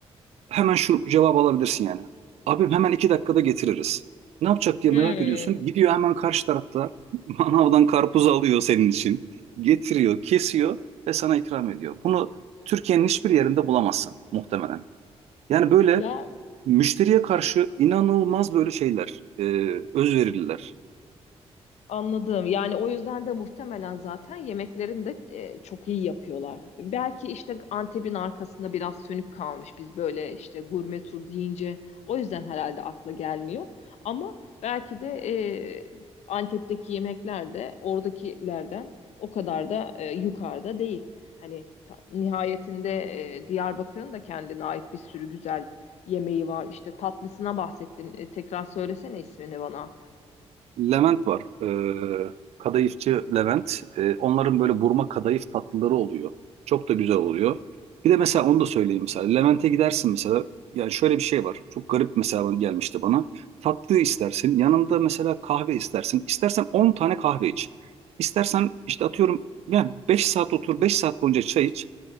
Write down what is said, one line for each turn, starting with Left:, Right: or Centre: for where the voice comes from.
Right: hemen şu cevabı alabilirsin yani. Abim hemen iki dakikada getiririz. Ne yapacak diye
Left: Hmm.
Right: merak ediyorsun. Gidiyor hemen karşı tarafta <laughs> manavdan karpuz alıyor senin için. Getiriyor, kesiyor ve sana ikram ediyor. Bunu Türkiye'nin hiçbir yerinde bulamazsın muhtemelen. Yani böyle
Left: Ya
Right: müşteriye karşı inanılmaz böyle şeyler, e, özverililer.
Left: Anladım. Yani o yüzden de muhtemelen zaten yemeklerini de e, çok iyi yapıyorlar. Belki işte Antep'in arkasında biraz sönük kalmış. Biz böyle işte gurme tur deyince o yüzden herhalde akla gelmiyor. Ama belki de e, Antep'teki yemekler de oradakilerden o kadar da e, yukarıda değil. Hani ta- nihayetinde e, Diyarbakır'ın da kendine ait bir sürü güzel yemeği var. İşte tatlısına bahsettin. E, tekrar söylesene ismini bana.
Right: Levent var. Ee, kadayıfçı Levent. Ee, onların böyle burma kadayıf tatlıları oluyor. Çok da güzel oluyor. Bir de mesela onu da söyleyeyim mesela. Levent'e gidersin mesela. Yani şöyle bir şey var. Çok garip mesela bana- gelmişti bana. Tatlı istersin. Yanında mesela kahve istersin. İstersen 10 tane kahve iç. İstersen işte atıyorum yani 5 saat otur, 5 saat boyunca çay iç.